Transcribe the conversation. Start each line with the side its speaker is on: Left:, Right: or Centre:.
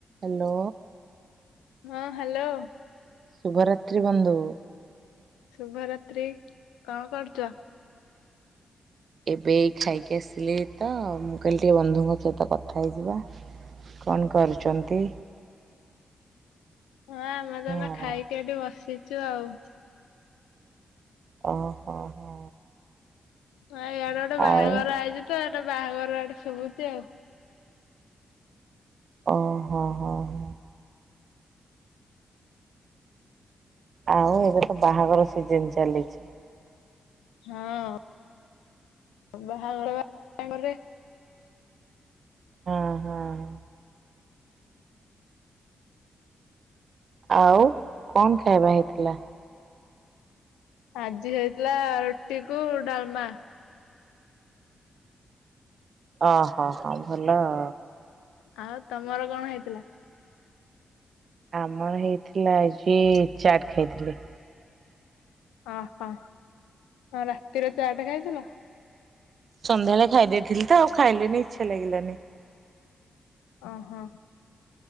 Right: Hello.
Left: ହଁ hello.
Right: ଶୁଭ ରାତ୍ରି ବନ୍ଧୁ।
Left: ଶୁଭରାତ୍ରି କଣ କରଚ?
Right: ଏବେ ଏଇ ଖାଇକି ଆସିଲି ତ ମୁଁ କହିଲି ଟିକେ ବନ୍ଧୁଙ୍କ ସହିତ କଥା ହେଇଯିବା କଣ କରୁଚନ୍ତି
Left: ହଁ ଆମେ ତ ଏନା
Right: ଆଉ
Left: ଖାଇକି ଏଠି ବସିଛୁ ଆଉ
Right: ଓ ହୋ ହୋ।
Left: ଆ ଏୟାଡେ ଗୋଟେ ବାହାଘର
Right: ଆଉ
Left: ଆଇଚି ତ ଏଟେ ବାହାଘର ଏଠେ ଶୁଭୁଚି ଆଉ।
Right: ଓ ହୋ ହଁ ହ। ଆଉ ଏବେ ତ ବାହାଘର ସିଜିନ୍ ଚାଲିଛି।
Left: ହଁ ବାହାଘର ବାରେ
Right: ହୁଁ ହୁଁ। ଆଉ କଣ ଖାଇବା ହେଇଥିଲା?
Left: ଆଜି ହେଇଥିଲା ରୁଟି କୁ ଡାଲମା।
Right: ଓହୋ ହଁ ଭଲ ଆ
Left: ଆଉ ତମର କଣ ହେଇଥିଲା?
Right: ଆମର ହେଇଥିଲା ଆଜି ଚାଟ ଖାଇଥିଲି।
Left: ଅ ହ ରାତିରେ ଚାଟେ ଖାଇଥିଲ?
Right: ସନ୍ଧ୍ୟାବେଳେ ଖାଇ ଦେଇଥିଲି ତ ଆଉ ଖାଇଲିନି ଇଛା ଲାଗିଲାନି।
Left: ଓ ହୋ।